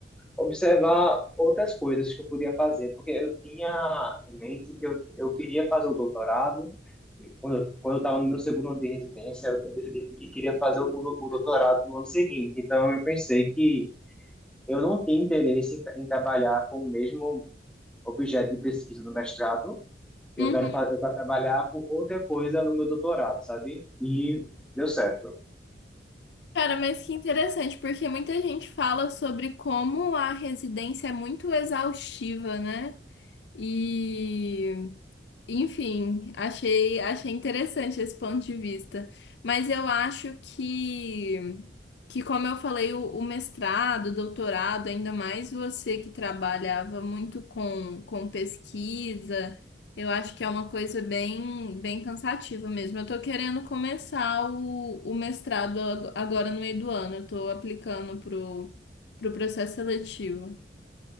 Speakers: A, in the centre; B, on the left.
A: observar outras coisas que eu podia fazer, porque eu tinha em mente que eu, eu queria fazer o doutorado. Quando eu, quando eu estava no meu segundo ano de residência, eu decidi que queria fazer o, o doutorado no ano seguinte. Então, eu pensei que Eu não tinha interesse em, tra- em trabalhar com o mesmo objeto de pesquisa do mestrado. Eu
B: Uhum.
A: quero, fa- eu quero trabalhar com outra coisa no meu doutorado, sabe? E deu certo.
B: Cara, mas que interessante, porque muita gente fala sobre como a residência é muito exaustiva, né? E, enfim, achei, achei interessante esse ponto de vista. Mas eu acho que Que, como eu falei, o, o mestrado, o doutorado, ainda mais você que trabalhava muito com, com pesquisa, eu acho que é uma coisa bem, bem cansativa mesmo. Eu tô querendo começar o, o mestrado ag- agora no meio do ano, eu tô aplicando pro, pro processo seletivo.